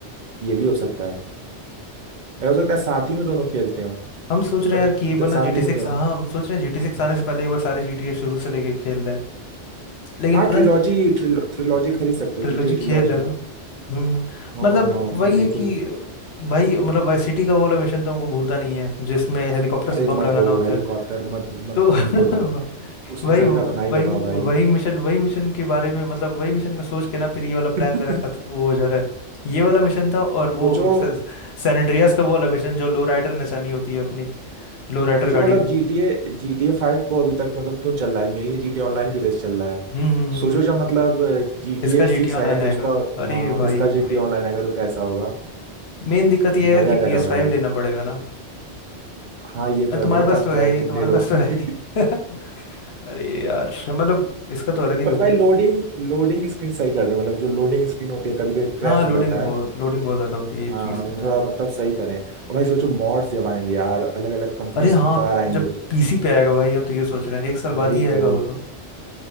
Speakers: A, on the right; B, on the left.
A: ये भी हो सकता है और हो सकता है साथ ही में दोनों खेलते हो
B: हम सोच रहे
A: और
B: हैं यार कि ये
A: द-
B: बना
A: साथ
B: जी टी
A: ही में
B: सिक्स
A: दोनों
B: हाँ हम सोच रहे हैं जी टी सिक्स आने से पहले एक बार सारे जी टी ए शुरू से लेके खेल रहे हैं लेकिन
A: हाँ
B: पता
A: ट्रिलॉजी
B: नहीं
A: ट्रिलॉजी खरीद सकते
B: ट्रिलोजी
A: हो जीटीए
B: खेल
A: ट्रिलॉजी
B: रहे हैं ना हम्म हम्म।
A: हाँ
B: मतलब
A: हाँ हाँ हाँ,
B: वही
A: बिल्कुल
B: है कि भाई मतलब वाई सिटी का वो वाला मिशन तो हमको भूलता नहीं है जिसमें हेलीकॉप्टर
A: अरे
B: से बम
A: मत
B: लगाना
A: बोलो
B: होता
A: हेलीकॉप्टर
B: है
A: मत मत
B: तो <laughs>
A: मत बोलो उस मिशन
B: वही वही
A: का तो ना ही बताओ भाई
B: वही मिशन वही मिशन के बारे में मतलब वही मिशन का सोच के ना फिर ये वाला
A: <laughs>
B: प्लान मेरा खत वो हो जा रहा है ये वाला मिशन था और वो
A: सोचो
B: से, सैन एंड्रियास का वो वाला मिशन जो लो राइडर नचानी होती है अपनी लो राइडर
A: सोचो
B: गाड़ी
A: मतलब
B: वो
A: GTA GTA 5 को अभी तक मतलब क्यों चल रहा है मेनली GTA ऑनलाइन की वजह से चल रहा है
B: हम्म हम्म, हम्म।
A: सोचो
B: हम्म।
A: जब मतलब GTA
B: इसका जीटी
A: 6
B: ऑनलाइन
A: आएगा तो
B: आएगा
A: उसका
B: अरे
A: हाँ
B: भाई
A: इसका
B: भाई
A: GTA ऑनलाइन आएगा तो कैसा होगा
B: मेन दिक्कत ये है यार
A: मजा
B: कि
A: आ जाएगा
B: PS5
A: भाई
B: फाइव लेना पड़ेगा ना
A: हाँ ये तो
B: अरे
A: है
B: तुम्हारे
A: मेरे
B: पास
A: पास
B: तो
A: तो
B: है
A: है
B: ही
A: तुम
B: तुम्हारे
A: ले लो
B: पास तो
A: <laughs>
B: है ही <laughs> अरे यार मतलब इसका तो अलग ही
A: बस
B: दुख
A: भाई
B: है
A: लोडिंग लोडिंग स्क्रीन सही कर दे मतलब जो लोडिंग स्क्रीन होती है कभी कभी क्रैश
B: हाँ लोडिंग
A: हो जाता
B: बहुत
A: है
B: लोडिंग बहुत ज्यादा होती है ये
A: हाँ
B: चीज़
A: वो
B: तो है
A: थोड़ा मतलब सही करें और भाई सोचो मॉड्स जब आएंगे यार अलग अलग कंपनीज
B: अरे
A: की
B: हाँ
A: कार आएंगी
B: जब
A: उसमें
B: पीसी पे आएगा भाई हम तो ये सोच रहे हैं एक साल
A: वही
B: बाद ही आएगा
A: तो
B: वो तो